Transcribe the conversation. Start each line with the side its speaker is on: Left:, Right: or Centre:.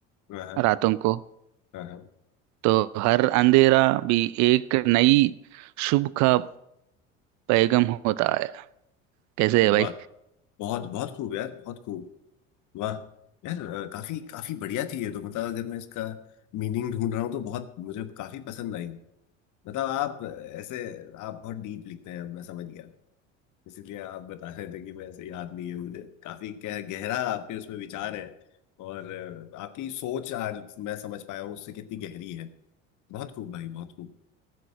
Left: वाह हाँ
Right: रातों को
Left: हाँ हाँ,
Right: तो हर अंधेरा भी एक नई शुभ का पैगाम होता है कैसे
Left: वाह
Right: है भाई
Left: बहुत बहुत खूब यार बहुत खूब वाह यार अ, काफी काफी बढ़िया थी ये तो मतलब अगर मैं इसका मीनिंग ढूंढ रहा हूँ तो बहुत मुझे काफी पसंद आई मतलब आप ऐसे आप बहुत डीप लिखते हैं मैं समझ गया इसीलिए आप बता रहे थे कि मैं ऐसे याद नहीं है मुझे काफी गह- गहरा आपके उसमें विचार है और अ, आपकी सोच आज मैं समझ पाया हूँ उससे कितनी गहरी है बहुत खूब भाई बहुत खूब